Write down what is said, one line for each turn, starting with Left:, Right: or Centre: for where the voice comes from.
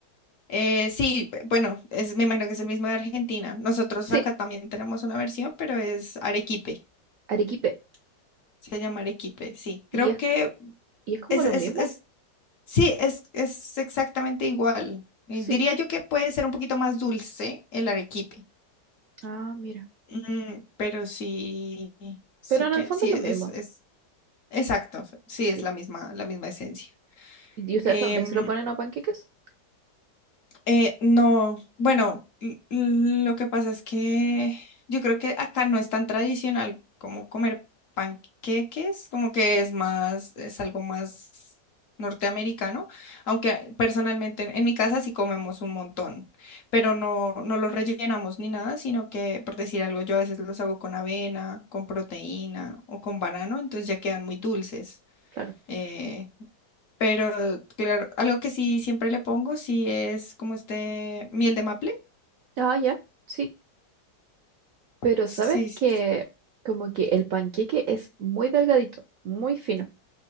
Left: Eh, sí, b- bueno, es, me imagino que es el mismo de Argentina. Nosotros
Right: Sí,
Left: acá también tenemos una versión, pero es arequipe.
Right: arequipe.
Left: Se llama arequipe, sí. Creo
Right: ¿Y es,
Left: que
Right: y es como
Left: es
Right: lo
Left: es
Right: mismo?
Left: es Sí, es, es exactamente igual. Eh,
Right: Sí.
Left: Diría yo que puede ser un poquito más dulce el arequipe,
Right: Ah, mira.
Left: Mm, pero sí, sí
Right: Pero en
Left: que,
Right: el fondo
Left: sí,
Right: es
Left: es,
Right: lo mismo.
Left: es exacto, sí,
Right: Sí.
Left: es la misma, la misma esencia.
Right: ¿Y ustedes
Left: Em,
Right: también se lo ponen a panqueques?
Left: Eh, no, bueno, l- l- lo que pasa es que yo creo que acá no es tan tradicional como comer panqueques, como que es más, es algo más norteamericano, aunque personalmente en, en mi casa sí comemos un montón, pero no, no los rellenamos ni nada, sino que, por decir algo, yo a veces los hago con avena, con proteína o con banano, entonces ya quedan muy dulces.
Right: Claro.
Left: eh, pero, claro, algo que sí siempre le pongo, sí es como este miel de maple.
Right: Ah, ya. Sí. Pero
Left: Sí,
Right: sabes
Left: sí,
Right: que
Left: sí.
Right: como que el panqueque es muy delgadito, muy fino.